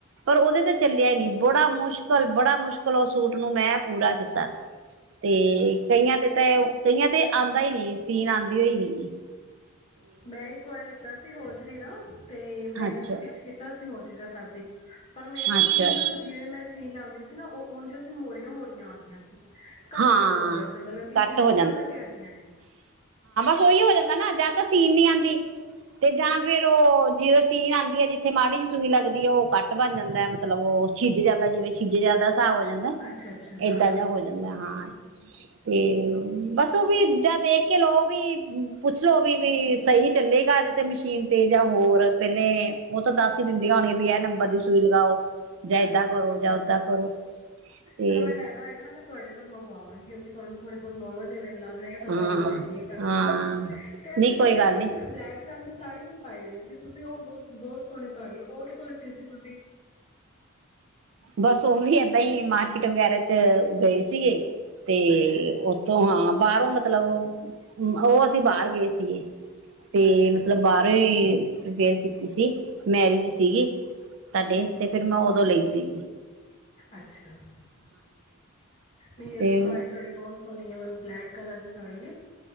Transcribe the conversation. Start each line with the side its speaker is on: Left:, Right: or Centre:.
Right: ਪਰ ਉਹਦੇ ਤੇ ਚੱਲਿਆ ਹੀ ਨਹੀਂ ਬੜਾ ਮੁਸ਼ਕਿਲ ਕਲ ਬੜਾ ਮੁਸ਼ਕਿਲ ਉਹ ਸੂਟ ਨੂੰ ਮੈਂ ਪੂਰਾ ਕੀਤਾ ਤੇ
Left: ਅੱਛਾ
Right: ਕਈਆਂ ਤੇ ਤਾਂ ਕਈਆਂ ਤੇ ਆਂਦਾ ਹੀ ਨਹੀਂ ਸੀਨ ਆਉਂਦੀ ਹੋਈ ਨੀ
Left: ਮੈਂ ਇੱਕ ਵਾਰ ਲਿੱਤਾ ਸੀ ਹਜਰੀ ਦਾ ਤੇ ਮੈਂ
Right: ਅੱਛਾ
Left: ਸਟਿਚ ਕੀਤਾ ਸੀ ਉਹ ਚੀਜ਼ ਦਾ ਫਾਇਦੇ ਪਰ ਮੇਰੇ
Right: ਅੱਛਾ
Left: ਤਾਂ ਜਿਵੇਂ ਨਾ ਜਿਵੇਂ ਮੈਂ ਸੀਨ ਲਾਉਂਦੀ ਸੀ ਸੀ ਨਾ ਉਹ ਉਝ ਉਂਝ ਮੋਰੀਆਂ ਮੋਰੀਆਂ ਆ ਗਈਆਂ ਸੀ ਕੱਟ
Right: ਹਾਂ
Left: ਕੱਟੋ ਗਿਆ ਮਤਲਬ ਕਿ
Right: ਕੱਟ
Left: ਜਿਵੇਂ
Right: ਹੋ
Left: ਕੱਪੜਾ ਕੱਟਿਆ ਗਿਆ ਆ
Right: ਥੋ ਹੀ ਹੋ ਜਾਂਦਾ ਨਾ ਜਾਂਦ ਤਾਂ ਸ ਸੀਨ ਨੀ ਆਉਂਦੀ ਤੇ ਜਾਂ ਫਿਰ ਫ ਉਹ ਜਦੋਂ ਸੀਨ ਆਂਦੀ ਹੈ ਜਿੱਥੇ ਮਾੜੀ ਚ ਸੂਈ ਲੱਗਦੀ ਹੈ ਉਹ ਕੱਟ ਬਣ ਜਾਂਦਾ ਮਤਲਬ ਉਹ ਛਿੱਜ ਜਾਂਦਾ ਜਿਵੇਂ ਛਿੱਜ ਜਾਂਦਾ ਹਿਸਾਬ ਹੋ ਜਾਂਦਾ
Left: ਅੱਛਾ ਅੱਛਾ ਹਾਂ
Right: ਏਦਾਂ
Left: ਹਾਂ
Right: ਦਾ
Left: ਹਾਂ
Right: ਹੋ ਹਾਂ ਤੇ ਬਸ ਵੀ ਜਾਂ ਦੇਖ ਕੇ ਲਓ ਵੀ ਪੁੱਛ ਲੋੋ ਵੀ ਵੀ ਸਹੀ ਚੱਲੇਗਾ। ਮਸ਼ੀਨ ਤੇ ਜਾਂ ਹੋਰ ਪਹਿਲੇ ਉਹ ਤਾਂ ਦੱਸ ਹੀ ਦਿੰਦੀਆਂ ਹੋਣੀਆਂ ਵੀ ਇਹ ਨੰਬਰ ਦੀ ਸੂਈ ਲਗਾਓ। ਜਾ
Left: ਅੱਛਾ
Right: ਇਦਾ
Left: ਅੱਛਾ
Right: ਕਰੋ ਜ ਓਦਾ ਕਰੋ। ਤੇ
Left: ਚਲੋ ਮੈਂ ਲੈਣਾ ਹੋਏਗਾ ਨਾ ਮੈਂ ਤੂੰ <unintelligible> ਤੁਹਾਨੂੰ ਨੌਲੇਜ
Right: ਹਾਂ
Left: ਹੈਗੀ ਫੈਬਰਿਕ
Right: ਹਾਂ
Left: ਦੀ
Right: ਨਹੀਂ
Left: ਤੇ ਇੱਥੇ
Right: ਕੋਈ
Left: ਤੁਸੀਂ
Right: ਗੱਲ ਨਹੀਂ
Left: ਇੱਕ ਬਲੈਕ ਰੰਗ ਦੀ ਸਾੜੀ ਵੀ ਪਾਈ ਹੋਈ ਸੀ ਤੁਸੀਂ ਉਹ ਬਹੁਤ-ਬਹੁਤ ਸੋਹਣੀ ਸਾੜੀ ਉਹ ਕਿੱਥੋਂ ਲਿੱਤੀ ਸੀ ਤੁਸੀਂ।
Right: ਬਸ ਉਹ ਵੀ ਏਦਾਂ ਹੀ ਮਾਰਕੀਟ ਵਗੈਰਾ ਚ ਗਏ ਸੀਗੇ। ਤੇ
Left: ਅੱਛਾ ਅੱਛਾ
Right: ਉੱਥੋਂ ਹਾਂ ਬਾਹਰੋਂ ਮਤਲਬ ਕੋਈ ਬਦਲਾਅ ਨਹੀਂ ਮਤਲਬ ਕੋਈ ਬਦਲਾਅ ਨਹੀਂ ਉਹ ਅਸੀਂ ਬਾਹਰ ਗਏ ਸੀਗੇ ਤੇ
Left: ਅੱਛਾ
Right: ਮਤਲਬ ਬਾਹਰੋਂ ਹੀ ਵੱਡੇ ਬਦਲਾਅ ਹੁੰਦੇ ਹਨ ਤਸੇਜ਼ ਕੀਤੀ ਸੀ। ਮੈਰਿਜ ਸੀਗੀ ਸਾਡੇ
Left: ਹੂੰ ਹੂੰ
Right: ਤੇ ਫਿਰ ਮੈਂ ਉਦੋਂ ਲਈ ਸੀ।
Left: ਅੱਛਾ! ਨੀ ਇਹ
Right: ਤੇ
Left: ਤੋਂ ਸਾੜੀ ਤੁਹਾਡੀ ਬਹੁਤ ਸੋਹਣੀ ਹੈ। ਤਬ ਬਲੈਕ ਕਲਰ ਦੀ ਸਾੜੀ ਹੈ।